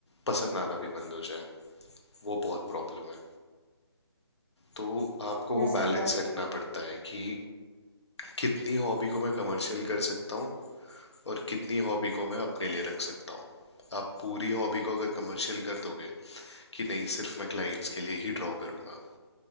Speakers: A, on the left (about 75°); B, on the right (about 25°).
A: पसंद आना भी बंद हो जाए वो बहुत प्रॉब्लम है तो आपको
B: मैं
A: वो
B: समझ
A: बैलेंस रखना
B: गई
A: पड़ता है कि कितनी हॉबी को मैं कमर्शियल कर सकता हूँ और कितनी हॉबी को मैं अपने लिए रख सकता हूँ आप पूरी हॉबी को अगर कमर्शियल कर दोगे कि नहीं सिर्फ मैं क्लाइंट्स के लिए ही ड्रॉ करूंगा